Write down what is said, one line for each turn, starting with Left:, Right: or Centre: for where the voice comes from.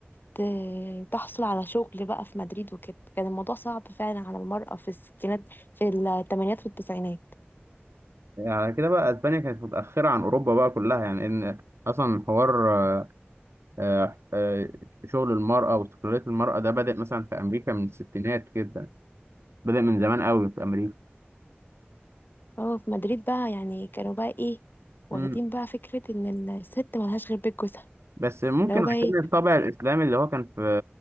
Left: ت- تحصل على شغل بقى في مدريد وكده كان الموضوع صعب فعلا على المرأة في الستينات في الثمانينات والتسعينات
Right: يعني على كده بقى اسبانيا كانت متاخره عن اوروبا بقى كلها يعني ان اصلا حوار آه، آه، شغل المراه واستقلاليه المراه ده بدا مثلا في امريكا من الستينات كده بدا من زمان قوي في امريكا
Left: اه في مدريد بقى يعني كانوا بقى ايه واخدين
Right: مم.
Left: بقى فكرة ان الست ملهاش غير بيت جوزها
Right: بس ممكن
Left: اللي هو بقى
Right: عشان
Left: ايه
Right: الطابع الاسلامي اللي هو كان في